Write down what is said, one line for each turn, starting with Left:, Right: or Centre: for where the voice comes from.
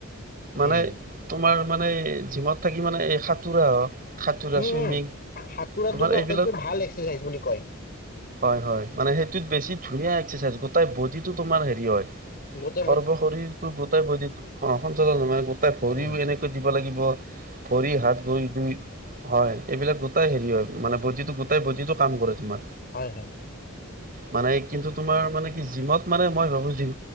Right: মানে
Left: উম
Right: তোমাৰ মানে জিমত থাকি মানে এই সাঁতোৰা হওক সাঁতোৰা
Left: উম
Right: চুইমিং
Left: উম সাতোৰাটোতো
Right: তোমাৰ এইবিলাক
Left: আটাইতকৈ ভাল এক্সাৰচাইজ বুলি কয়
Right: হয় হয় মানে সেইটোত বেছি ধুনীয়া এক্সাচাইজ গোটেই বডিটো তোমাৰ হেৰি হয়
Left: বুট
Right: সৰ্ব শৰীৰটো গোটাই বডিতত সঞ্চালন মানে গোটাই ভৰিও
Left: উম
Right: এনেকৈ দিব লাগিব ভৰি হাত গৈ দুই হয় এইবিলাক গোটাই হেৰি হয় মানে যিটো গোটাই ব'ডিটো কাম কৰে তোমাৰ,
Left: হয় হয়
Right: মানে কিন্তু তোমাৰ মানে কি জিমত মানে মই ভাবো জিম